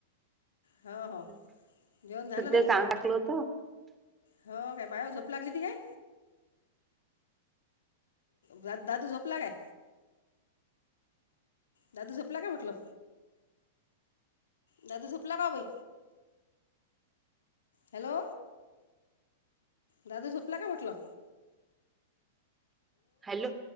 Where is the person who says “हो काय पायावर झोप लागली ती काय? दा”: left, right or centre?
Left